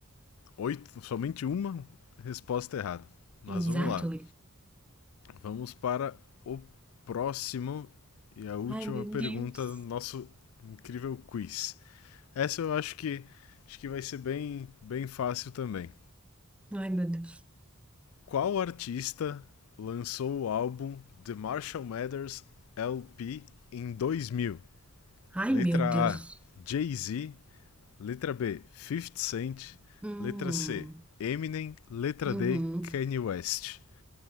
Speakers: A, on the left (about 75°); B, in the centre.
A: Oito, somente uma resposta errada. Mas
B: Exato.
A: vamos lá. Vamos para o próximo e a última
B: Ai, meu
A: pergunta
B: Deus.
A: do nosso incrível quiz. Essa eu acho que acho que vai ser bem bem fácil também.
B: Ai, meu Deus.
A: Qual artista lançou o álbum The Marshall Mathers LP em 2000?
B: Ai,
A: Letra
B: meu Deus.
A: A, Jay-Z, letra B, 50 Cent,
B: Hum,
A: letra C, Eminem, letra
B: uhum.
A: D, Kanye West.